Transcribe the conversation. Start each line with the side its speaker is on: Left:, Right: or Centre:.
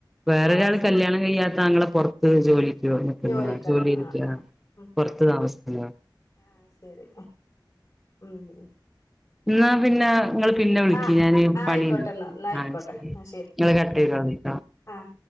Centre: വേറൊരാള്
Left: ആഹ് ശരി
Centre: കല്യാണം കഴിയാത്ത ആങ്ങള പൊറത്ത് ജോലി ജോലി നിൽക്കുന്നതാ
Left: ജോലിക്ക്
Centre: ജോലി
Left: ആഹ്
Centre: ചെയ്തിട്ടു
Left: ആഹ്
Centre: ആ
Left: ആഹ് ഉം
Centre: പുറത്ത് താമസിക്കുന്നതാ
Left: ആഹ് ശരി ഉം
Centre: എന്നാ പിന്നെ ഇങ്ങള് പിന്നെ വിളിക്ക്
Left: ആഹ്
Centre: ഞാന്
Left: ആയിക്കോട്ടെന്നാ
Centre: പണിയണ്ട്
Left: എന്നാ എന്നാ ആയിക്കോട്ടെ
Centre: ആ ശരി
Left: എന്നാ
Centre: ഇങ്ങള് കട്ട്‌ ചെയ്തോളിന് കേട്ടോ
Left: ആഹ്